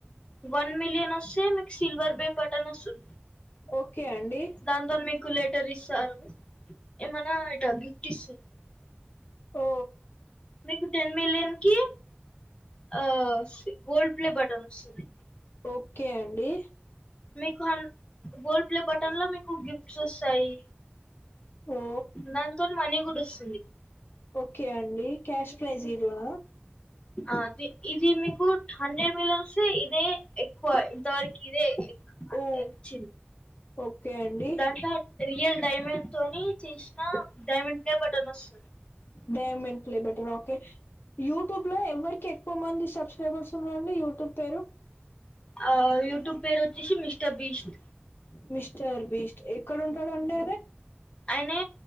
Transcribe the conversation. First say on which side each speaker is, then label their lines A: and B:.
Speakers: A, on the left; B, on the left.
A: వన్ మిలియన్ వస్తె మీకు సిల్వర్ ప్లే బటన్ వస్తుం
B: ఓకే అండి
A: దాంతోన్ మీకు లెటర్ ఇస్తారు ఏమైనా ఇట గిఫ్ట్ ఇస్త
B: ఓ
A: మీకు టెన్ మిలియన్ కి ఆ సి గోల్డ్ ప్లే బటన్ వస్తున్నయ్
B: ఓకే అండి
A: మీకు హన్ గోల్డ్ ప్లే బటన్ లో మీకు గిఫ్ట్స్ వస్తాయి
B: ఓ
A: దాంతోని మనీ గుడొస్తుంది
B: ఓకే అండి క్యాష్ ప్రైస్ ఇరునా
A: ఆది ఇది మీకు హండ్రెడ్ మిలన్ వస్తే ఇదే ఎక్కువ ఇంతవరకు ఇదే అంతే
B: ఓ
A: వచ్చింది
B: ఓకే అండి
A: దాంట్లో రియల్ డైమండ్ తోని చేసిన డైమండ్ ప్లే బటన్ వస్తుంది
B: డైమెంట్లే బెటర్ ఓకే యూట్యూబ్ లో ఎవరికి ఎక్కువ మంది సబ్స్క్రైబర్స్ ఉన్నాండి యూట్యూబ్ పేరు
A: ఆ యూట్యూబ్ పేరు వచ్చేసి మిస్టర్ బీస్ట్
B: మిస్టర్ బిస్ట్ ఎక్కడుంటాడండి ఆయన
A: అయనే